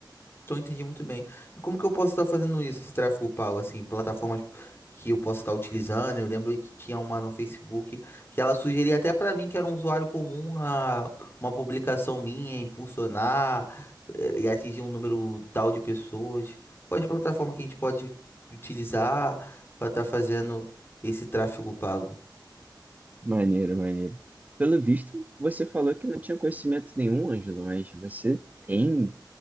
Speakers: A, on the left (about 30°); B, on the right (about 20°).
A: Então, eu entendi muito bem. E como que eu posso estar fazendo isso, esse tráfego pago, assim, plataformas que eu posso estar utilizando? Eu lembro que tinha uma no Facebook que ela sugeria até para mim, que era um usuário comum, a uma publicação minha impulsionar eh, e atingir um número tal de pessoas. Quais plataformas que a gente pode utilizar para estar fazendo esse tráfego pago?
B: Maneiro, maneiro. Pelo visto, você falou que não tinha conhecimento nenhum, Ângelo, mas você tem